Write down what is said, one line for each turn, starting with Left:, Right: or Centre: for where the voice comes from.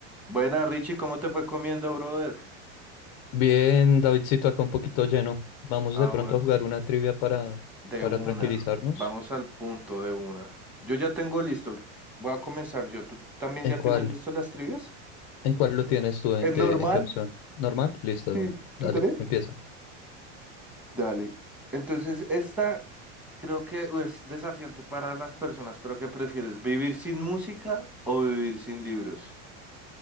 Centre: Buena, Richie, ¿cómo te fue comiendo, brother?
Left: Bien, Davidcito, acá un poquito lleno. Vamos
Centre: Ah,
Left: de pronto
Centre: bueno,
Left: a jugar una trivia para,
Centre: de
Left: para
Centre: una.
Left: tranquilizarnos.
Centre: Vamos al punto de una. Yo ya tengo listo. Voy a comenzar yo. ¿Tú también
Left: ¿En
Centre: ya
Left: cuál?
Centre: tienes listo las trivias?
Left: ¿En cuál lo tienes tú? ¿En
Centre: ¿Es
Left: qué,
Centre: normal?
Left: en qué opción? ¿Normal? Listo, de
Centre: Sí,
Left: una.
Centre: ¿tú
Left: Dale,
Centre: también?
Left: empieza.
Centre: Dale. Entonces, esta creo que es desafiante para las personas, pero ¿qué prefieres? ¿Vivir sin música o vivir sin libros?